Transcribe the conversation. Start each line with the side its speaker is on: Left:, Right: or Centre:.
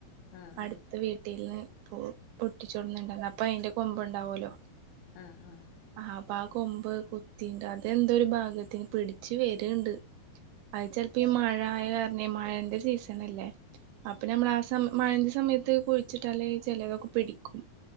Left: ആഹ് ആഹ്
Right: അടുത്ത
Left: ആഹ് ആഹ്
Right: വീട്ടിൽന്ന് പൊട്ടിച്ചൊടുന്നുണ്ടന്ന അപ്പൊ അയിന്റെ കൊമ്പുണ്ടാവല്ലോ?
Left: ആഹ് ആഹ് ആഹ്
Right: ആഹ് അപ്പ ആ കൊമ്പ് കുത്തിണ്ട്. അതെന്തോ ഒരു ഭാഗ്യത്തിന് പിടിച് വരുണ്ട്. അത് ചിലപ്പോ ഈ മഴ ആയ കാരണം, മഴന്റെ സീസൺ അല്ലേ? അപ്പൊ നമ്മൾ ആ സ മഴന്റെ സമയത്ത് കുഴിച്ചിട്ടല് ചിലതൊക്കെ പിടിക്കും.